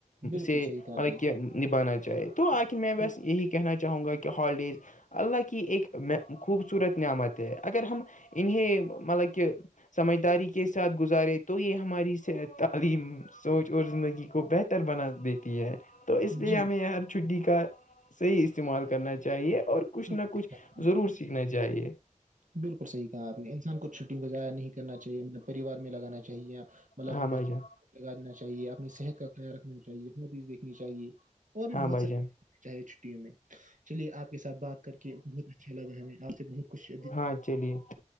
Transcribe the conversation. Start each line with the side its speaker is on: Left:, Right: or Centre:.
Right: بالکل
Left: سے
Right: صحیح کہا آپ
Left: مطلب
Right: نے
Left: کہ نبھانا چاہے تو آخر میں بس
Right: بالکل
Left: یہی کہنا چاہوں گا کہ ہالیڈیز اللہ کی ایک خوبصورت نعمت ہے اگر ہم انہیں مطلب کہ سمجھداری کے ساتھ گزارے تو یہ ہماری تعلیم سوچ اور زندگی کو بہتر بنا دیتی ہے تو اس لیے
Right: جی
Left: ہمیں ہر چھٹی کا صحیح استعمال کرنا چاہیے اور کچھ
Right: بالکل
Left: نہ
Right: صحیح
Left: کچھ
Right: کہا آپ نے
Left: ضرور سیکھنا چاہیے
Right: بالکل صحیح کہاپ نے انسان کو چھٹی کو ایا نہیں کر چاہیے مطلب پریوار میں لگانا چاہیے مطلب
Left: ہاں بھائی جان
Right: لگا دا چاہیے اپنی صحت کا خیال رکھنا چاہیے خدیز دیکھنی چاہیے اور بھی
Left: ہاں
Right: بہت
Left: بھائی
Right: سار
Left: جان
Right: چاہے چھٹیوں میں چلیے آپ کے سات بات کر کے بہت اچھا لگا ہمیں آپ سے بہت خوش
Left: ہاں چلیے